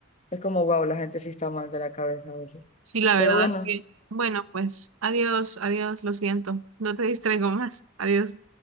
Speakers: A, on the left; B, on the right.
A: es como, wow, la gente sí está mal de la cabeza a veces.
B: Sí, la
A: Pero
B: verdad
A: bueno,
B: es que, bueno, pues adiós, adiós, lo siento. No te distraigo más. Adiós.